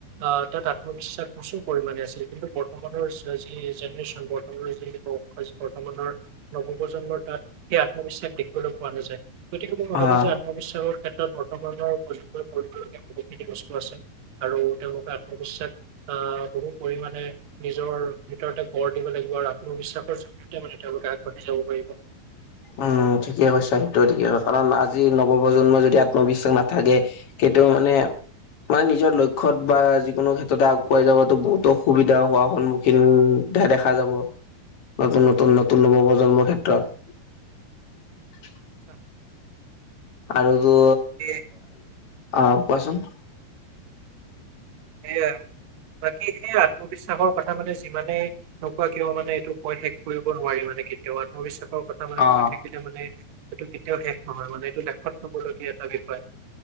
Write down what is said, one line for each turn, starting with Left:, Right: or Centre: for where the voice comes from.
Right: আ তাত আত্মবিশ্বাস প্ৰচুৰ পৰিমণে আছিল কিন্তু বৰ্তমানৰ যি জেনেৰেশ্বন বৰ্তমানৰ যি বৰ্তমানৰ নৱপ্ৰজন্মৰ তাত সেই আত্মবিশ্বাস দেখিবলৈ পোৱা নাযায় গতিকে মই
Left: অ',
Right: ভাবো যে আত্মবিশ্বাসৰ ক্ষেত্ৰত বৰ্তমানৰ প্ৰজন্মই <unintelligible> ক্ষতিগস্ত আছে আৰু তেওঁলোকে আত্মবিশ্বাস আ বহু পৰিমাণে নিজৰ ভিতৰতে গঢ় দিব লাগিব আৰু আত্মবিশ্বাসৰ জৰিয়তে মানে তেওঁলোকে আগবাঢ়ি যাব পাৰিব।
Left: উম ঠিকে কৈছা তই ঠিকে কৈছ কাৰণ আজি নৱপ্ৰজন্মই যদি আত্মবিশ্বাস নাথাকে এইটো মানে মানে নিজৰ লক্ষ্যত বা যিকোনো ক্ষেত্ৰতে আগুৱাই যাবাতো বহুত অসুবিধা হোৱাৰ সন্মুখীন দেখা যাব নতুন নতুন নতুন নৱ প্ৰজন্মৰ ক্ষেত্ৰত <unintelligible>
Right: <unintelligible>
Left: আৰু তো
Right: তাকে
Left: অ কোৱাচোন
Right: সেই আৰু বাকী সেই আত্মবিশ্বাসৰ কথা মানে যিমানে নোকোৱা কিয় মানে এইটো কৈ শেষ কৰিব নোৱাৰি মানে বিশেষকে আত্মবিশ্বাস কথা মানে
Left: অ
Right: কৈ থাকিলে মানে এইটো কেতিয়াও শেষ নহয় মানে এইটো লেখত থবলগীয়া এটা বিষয়